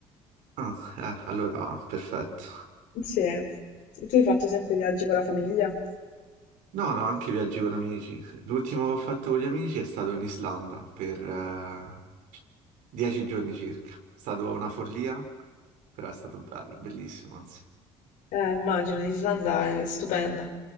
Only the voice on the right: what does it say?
Ah, eh, allora, perfetto.
No, no, anche viaggi con amici. L'ultimo che ho fatto con gli amici è stato in Islanda per eh, dieci giorni circa. È stata una follia, però è stato bello, bellissimo, anzi.